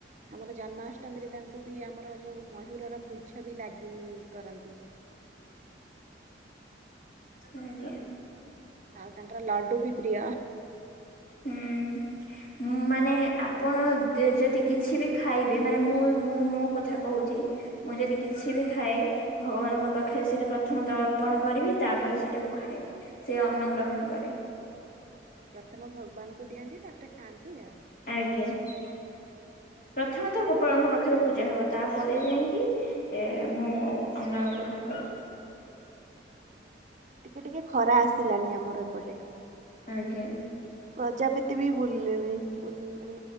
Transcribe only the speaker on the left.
ଆଜ୍ଞା।
ହୁଁ ଉଁ ମାନେ ଆପଣ ଯଦି କିଛି ବି ଖାଇବେ ମାନେ ମୁଁ ମୁଁ ମୋ କଥା କହୁଛି। ମୁଁ ଯଦି କିଛି ବି ଖାଏ ଭଗବାନଙ୍କ ପାଖରେ ସେଇଟା ପ୍ରଥମତଃ ଅର୍ପଣ କରିବି ତାପରେ ସେ କୁ ଖାଏ ସେ ଅନ୍ନ ଗ୍ରହଣ କରେ।
ଆଜ୍ଞା ପ୍ରଥମେ ତ ଗୋପାଳଙ୍କ ପାଖରେ ପୂଜା ହବ, ତାପରେ ଯାଇକି ଏଁ ମୁଁ ଅନ୍ନ ଗ୍ରହଣ କରେ। <inaudible>
ଆଜ୍ଞା